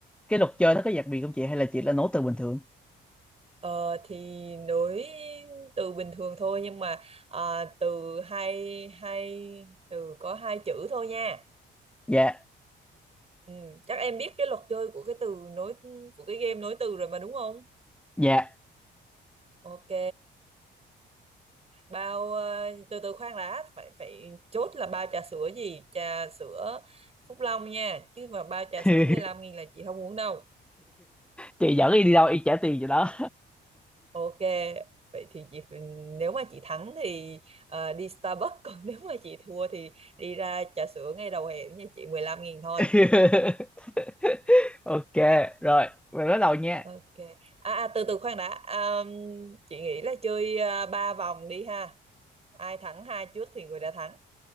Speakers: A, in the centre; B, on the right.
A: Cái luật chơi nó có đặc biệt không chị Hay là chị là nối từ bình thường
B: Ờ, thì nối từ bình thường thôi nhưng mà à, từ hai hai từ có hai chữ thôi nha.
A: Dạ
B: Ừ, chắc em biết cái luật chơi của cái từ nối của cái game nối từ rồi mà đúng không?
A: Dạ
B: Ok. Bao ờ, từ từ khoan đã, phải phải chốt là bao trà sữa gì? Trà sữa Phúc Long nha, chứ mà bao trà
A: <laughs>
B: sữa mười lăm nghìn là chị không uống đâu.
A: Chị dẫn đi đi đâu y trả tiền cho đó
B: Ok, vậy thì chị nếu mà chị thắng thì ờ, đi Starbucks còn <laughs> nếu mà chị thua thì đi ra trà sữa ngay đầu hẻm nha chị 15 nghìn thôi.
A: <laughs> Ok rồi Mình bắt đầu nha
B: Ok. À, à từ từ khoan đã. À, chị nghĩ là chơi uh, 3 vòng đi ha. Ai thắng hai trước thì người đã thắng.